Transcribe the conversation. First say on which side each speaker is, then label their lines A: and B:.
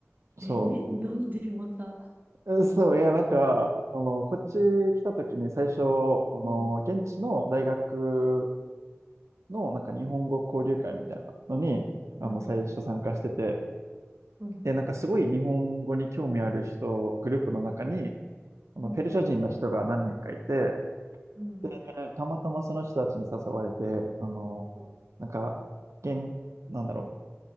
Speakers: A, on the right; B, on the right.
A: そ
B: えー、なんでまた。
A: う、えそう、いや、なんか、あの、こっち来た時に最初、あの、
B: うん、
A: 現地の大学の、なんか日本語交流会みたいなのに、あの、
B: うん、
A: 最初参加してて、
B: うん、
A: で、なんかすごい日本語に興味ある人、グループの中に、あのペルシャ人の人が何人かいて、
B: うん、うん、
A: で、たまたまその人たちに誘われて、あの、
B: う
A: なんか、現、なんだろ